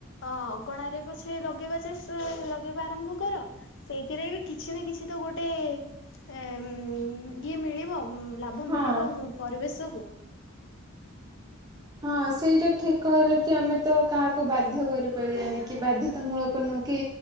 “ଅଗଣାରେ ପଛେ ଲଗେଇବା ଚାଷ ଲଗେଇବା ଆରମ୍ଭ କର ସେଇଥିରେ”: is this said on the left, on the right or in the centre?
Left